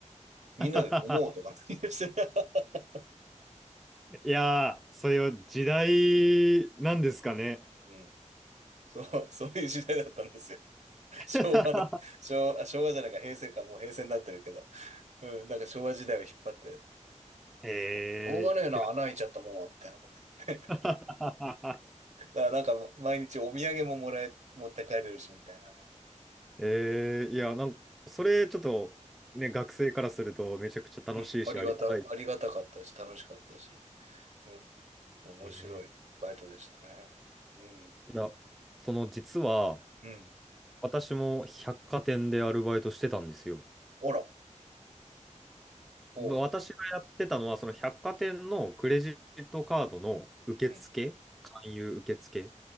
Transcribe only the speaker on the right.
みんなで思うとかなんですよ
<laughs>
うん。そう、そういう時代だったんですよ。
昭和な、昭和、あ昭和じゃないか、平成か、もう平成になってるけど。うん、なんか昭和時代を引っ張って、
しょうがねえな、穴開いちゃったもんは、みたいなこと言
って。だからなんか毎日お土産ももらえ、持って帰れるし、みたいなね。
うん、ありがた、
ありがたかったし、楽しかったし、うん、面白いバイトでしたね。
うん、
うん。
あら、おう、
うん。